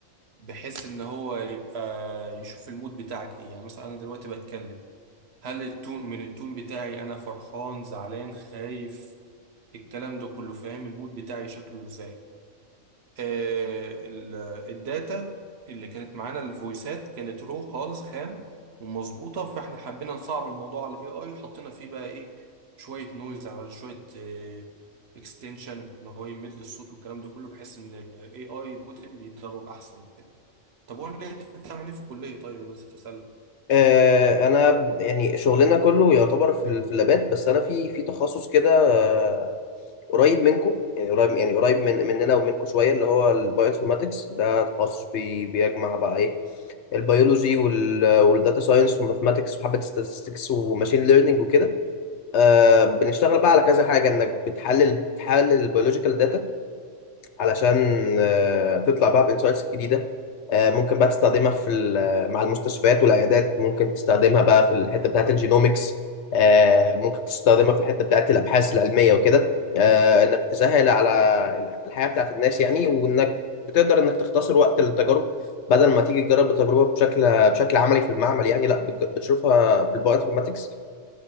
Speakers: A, on the right; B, on the left.
A: بحيث ان هو يبقى يشوف المود بتاعك ايه يعني مثلا انا دلوقتي بتكلم هل التون من التون بتاعي انا فرحان زعلان خايف الكلام ده كله فاهم المود بتاعي شكله ازاي آه، ال- الداتا اللي كانت معانا الفويسات كانت رو خالص خام ومظبوطه فاحنا حبينا نصعب الموضوع على الاي اي حطينا فيه بقى ايه شويه نويز على شويه اكستنشن ان هو يمد الصوت والكلام ده كله بحيث ان الاي اي بوتل يتدرب احسن كده طب قول لي انت بتعمل ايه في الكليه طيب انا نسيت اسالك
B: آه انا يعني شغلنا كله يعتبر في ال- في اللابات بس انا في في تخصص كده آه قريب منكم يعني قريب يعني قريب من مننا ومنكم شويه اللي هو البايوانفورماتكس ده تخصص بي بيجمع بقى ايه البيولوجي وال والداتا ساينس والماثماتكس وحبه statistics وماشين ليرنينج وكده آه بنشتغل بقى على كذا حاجه انك بتحلل بتحلل البيولوجيكال داتا علشان آه، تطلع بقى بانسايتس جديده آه، ممكن بقى تستخدمها في ال- آه، مع المستشفيات والعيادات ممكن تستخدمها بقى في الحته بتاعت الجينومكس آه، ممكن تستخدمها في الحته بتاعت الابحاث العلميه وكده آه، انك تسهل على الحياه بتاعت الناس يعني وانك بتقدر انك تختصر وقت التجارب بدل ما تيجي تجرب التجربه بشكل بشكل عملي في المعمل يعني لا بتج- بتشوفها في البايو انفورماتكس